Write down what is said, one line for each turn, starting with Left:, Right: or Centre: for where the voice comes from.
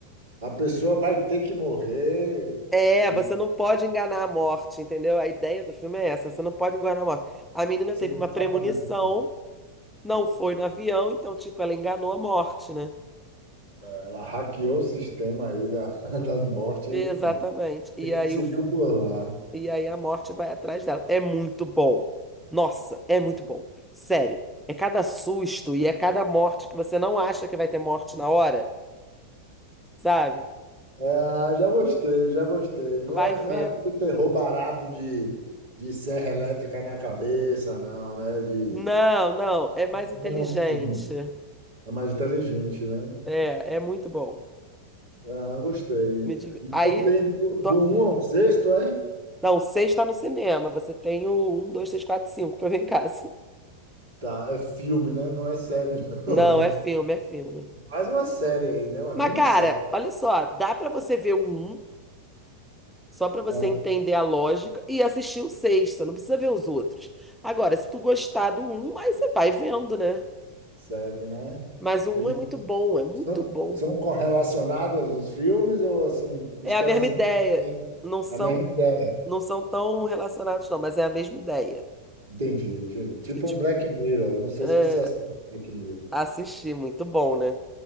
Right: a pessoa vai ter que morrer
Centre: É,
Right: de...
Centre: você não pode enganar a morte, entendeu? A ideia do filme é essa, você não pode enganar a morte. A menina
Right: você
Centre: teve
Right: não
Centre: uma
Right: escapa
Centre: premonição,
Right: do dia.
Centre: não foi no avião, então, tipo, ela enganou a morte, né?
Right: Ela hackeou o sistema aí da, <laughs> da morte
Centre: Exatamente. E
Right: e conseguiu
Centre: aí, o,
Right: burlar.
Centre: e aí a morte vai atrás dela. É muito bom. Nossa, é muito bom. Sério. É cada susto e é cada morte que você não acha que vai ter morte na hora, sabe?
Right: É, já gostei, já gostei. Não
Centre: Vai
Right: é,
Centre: ver.
Right: não é aquele terror barato de, de serra elétrica na cabeça, não, né? De...
Centre: Não, não, é mais inteligente.
Right: Não, não. É mais inteligente, né?
Centre: É, é muito bom.
Right: Ah, gostei.
Centre: Me div-
Right: Então
Centre: Aí.
Right: tem do
Centre: tô-
Right: do um ao sexto, é?
Centre: Não, seis tá no cinema. Você tem o um, dois, três, quatro, cinco pra ver em casa.
Right: Tá, é filme, né? Não é série, <laughs>
Centre: Não,
Right: não, né?
Centre: é filme, é filme.
Right: Faz uma série aí, né? Uma
Centre: Mas,
Right: minissérie.
Centre: cara, olha só, dá pra você ver o um, só pra você
Right: Ah,
Centre: entender a lógica, e assistir o seis. Você não precisa ver os outros. Agora, se tu gostar do um, aí você vai vendo, né?
Right: segue, né?
Centre: Mas o
Right: Ele
Centre: um é muito bom, é muito
Right: São,
Centre: bom.
Right: são correlacionadas os filmes ou assim, histórias
Centre: É a mesma ideia.
Right: independentes?
Centre: Não são,
Right: a mesma ideia?
Centre: não são tão relacionados, não, mas é a mesma ideia.
Right: Entendi, entendi. Tipo
Centre: Eu, Tipo,
Right: um Black Mirror. Não sei
Centre: é,
Right: se você assiste Black Mirror.
Centre: assistir, muito bom, né?